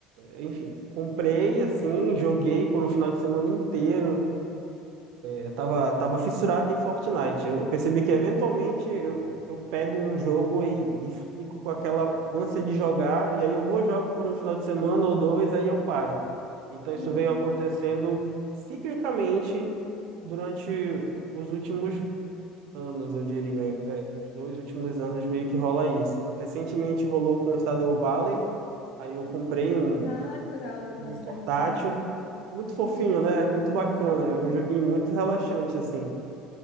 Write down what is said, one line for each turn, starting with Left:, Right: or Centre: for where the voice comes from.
Right: enfim, comprei assim, joguei por um final de semana inteiro. Eu tava, tava fissurado em Fortnite. Eu, eu percebi que eventualmente eu, eu pego um jogo e, e fico com aquela ânsia de jogar, e aí eu vou jogo por um final de semana ou dois, aí eu paro. Então isso
Left: Uhum.
Right: veio acontecendo ciclicamente durante os últimos anos, eu diria. É, os dois últimos anos meio que rola isso. Recentemente rolou com o Stardew Valley. Aí eu comprei um,
Left: Ah,
Right: um
Left: que legal, eu
Right: joguinho
Left: gosto de Stardew
Right: portátil,
Left: Valley.
Right: muito fofinho, né? Muito bacana,
Left: Uhum.
Right: é um joguinho muito relaxante, assim.